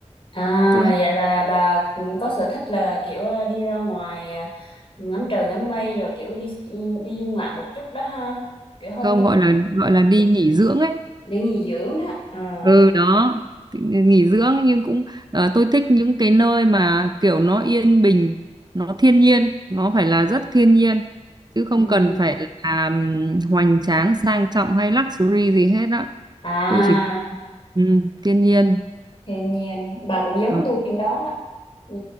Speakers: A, on the left; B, on the right.
A: À,
B: tôi
A: vậy là bà cũng có sở thích là kiểu ờ, đi ra ngoài ờ, ngắm trời ngắm mây rồi kiểu đi đi du ngoạn một chút đó ha. Kiểu không
B: không
A: nhất
B: gọi
A: thiết
B: là gọi là đi nghỉ dưỡng ấy
A: để nghỉ dưỡng đó. À,
B: ừ đó Thì nghỉ dưỡng nhưng cũng ờ, tôi thích những cái nơi mà kiểu nó yên bình nó thiên nhiên nó phải là rất thiên nhiên chứ không
A: ừ.
B: cần phải là ừm, hoành tráng sang trọng hay luxury gì hết á
A: À
B: tôi chỉ ừ, thiên nhiên
A: Thiên nhiên, bà cũng giống
B: đó.
A: tôi điểm đó đó. Ừ,